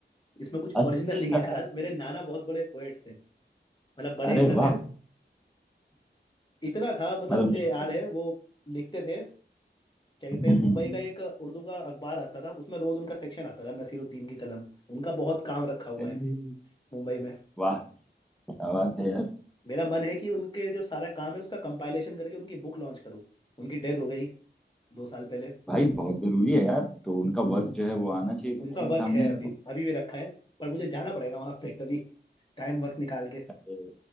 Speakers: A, on the left; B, in the centre.
A: इसमें कुछ
B: अच्छा
A: ओरिजिनल नहीं है खास मेरे नाना बहुत बड़े पोएट थे मतलब बड़े
B: अरे
A: इन द सेंस
B: वाह
A: इतना था मतलब
B: मतलब
A: मुझे
B: लिखते
A: याद है वो लिखते थे क्या कहते हैं
B: हम्म,
A: मुंबई का एक उर्दू का अखबार आता था उसमें रोज उनका सेक्शन आता था नसीरुद्दीन की कलम उनका बहुत काम रखा हुआ
B: अरे
A: है मुंबई में
B: वाह क्या बात है यार
A: मेरा मन है कि उनके जो सारा काम है उसका कंपाइलेशन करके उनकी बुक लॉन्च करूँ उनकी डेथ हो गई दो साल पहले
B: भाई बहुत जरूरी है यार तो उनका
A: हम्म
B: वर्क जो है वो आना चाहिए दुनिया
A: उनका
B: के
A: वर्क
B: सामने
A: है अभी अभी भी रखा है पर मुझे जाना पड़ेगा वहां पे कभी टाइम वक्त निकाल के
B: हम्म,